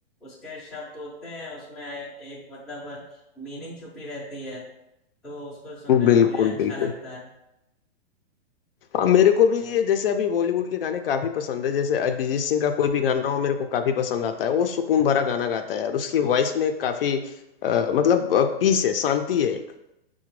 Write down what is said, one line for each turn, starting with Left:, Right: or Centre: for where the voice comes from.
Centre: उसके शब्द होते हैं उसमें एक मतलब मीनिंग छुपी रहती है तो उसको सुनने में
Left: बिल्कुल
Centre: मुझे अच्छा
Left: बिल्कुल
Centre: लगता है
Left: हाँ मेरे को भी ये जैसे अभी बॉलीवुड के गाने काफी पसंद है जैसे अरिजीत सिंह का कोई भी गाना हो मेरे को काफी पसंद आता है वो सुकून भरा गाना गाता है और उसकी वॉइस में काफी अ, मतलब पीस है शांति है एक